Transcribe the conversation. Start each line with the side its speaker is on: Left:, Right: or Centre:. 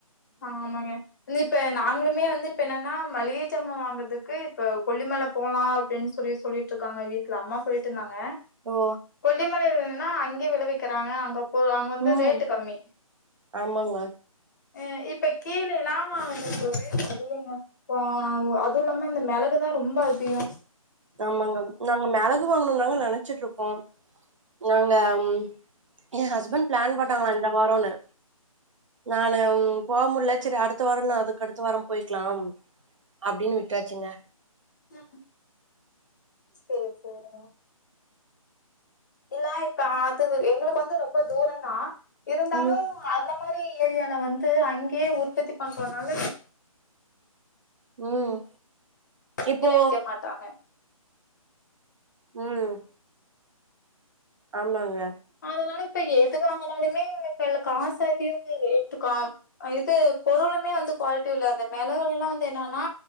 Left: ஆமாங்க வந்து இப்ப நாங்களுமே வந்து இப்ப என்னன்னா மளிக சாமா வாங்கற்துக்கு இப்ப கொல்லிமல போலா அப்டின் சொல்லி சொல்லிட் ருக்காங்க வீட்ல அம்மா போயிட் இருந்தாங்க
Right: ஓ
Left: கொல்லிமலலனா அங்கே விளைவிக்கறாங்க அங்க போ அங்க வந்து
Right: ம்
Left: ரேட்டு கம்மி
Right: ஆமாங்க
Left: அ இப்ப கீலேலா <unintelligible> ஒரே <unintelligible> ங்க போ வ் அதுவுஇல்லாம இந்த மெளகுதா ரொம்ப அதிகோ
Right: ஆமாங்க நாங்க மெளகு வாங்கணு தாங்க நெனச்சிட்ருக்கோ நாங்க ம் எ ஹஸ்பண்ட் பிளான் போட்டாங்களா இந்த வாரோன்னு நானு போ முட்ல சேரி அடுத்த வாரோ இல்னா அதுக் கடுத்த வாரோம் போயிக்லாம் அப்டின்னு விட்டாச்சிங்க
Left: ம் சேர் சேரிங்க இல்ல இப்ப அது வ எங்களுக்கு வந்து ரொம்ப தூரந்தா இருந்தாலு
Right: ம்
Left: அந்த மாரி ஏரியால வந்து அங்கே உற்பத்தி பண்றனால
Right: ம்
Left: விக்கறே
Right: இப்போ
Left: விக்க மாட்டாங்க
Right: ம் ஆமாங்க
Left: அதனால இப்ப எது வாங்கனாலுமே இப்பெல்லா காசு அதிகோங்க ரேட்டு காம் அ இது பொருளுமே வந்து குவாலிட்டி இல்ல அந்த மெளகெலா வந்து என்னானா